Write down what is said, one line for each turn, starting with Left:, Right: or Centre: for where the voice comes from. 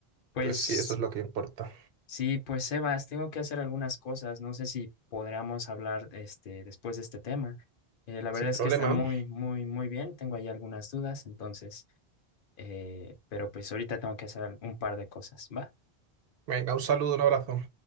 Left: Pues
Right: pues sí, eso es lo que importa.
Left: Sí, pues Sebas, tengo que hacer algunas cosas. No sé si podríamos hablar este, después de este tema. Eh, la verdad
Right: Sin
Left: es
Right: problema.
Left: que está muy, muy, muy bien. Tengo ahí algunas dudas, entonces, eh, pero pues ahorita tengo que hacer un par de cosas, ¿va?
Right: Venga, un saludo, un abrazo.